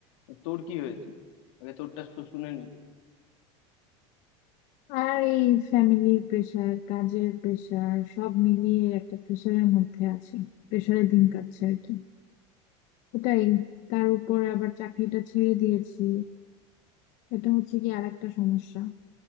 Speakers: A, on the left (about 75°); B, on the left (about 55°).
A: তোর কি হয়েছে আগে তোরটা তো শুনে নি
B: আর এই ফ্যামিলির প্রেশার কাজের প্রেশার সব মিলিয়ে একটা প্রেশারের মধ্যে আছি প্রেশারে দিন কাটছে আর কি এটাই তার উপর আবার চাকরিটা ছেড়ে দিয়েছি এটা হচ্ছে কি আর একটা সমস্যা